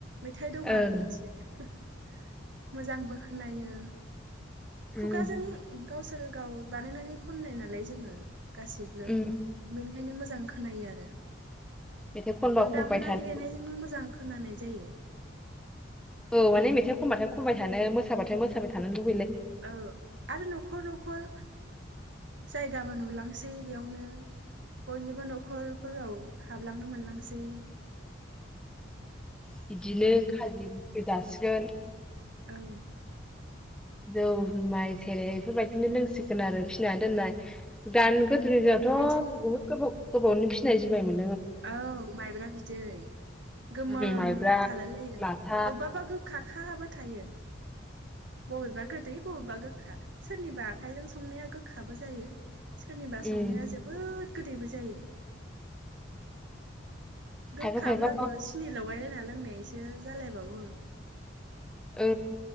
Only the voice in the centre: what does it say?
ओं
उम
उम
मेथाइ खनबा
खनबाय
थानो
औ माने मेथाइ खनबाथाय खनबाय थानो मोसाबाथाय मोसाबाय थानो लु
बिदिनो खाजि बो जासिगोन
जौ जुमाय सेरेब बेफोरबायदिनो लोंसिगोन आरो फिसिना दोननाय दानि गो <unintelligible> जाथ' बहुत
गोबाव गोबावनि फिसिनाय जुमाय मोन
आरो।
उम माइब्रा
माथा
उम
खायफा खायफा
औ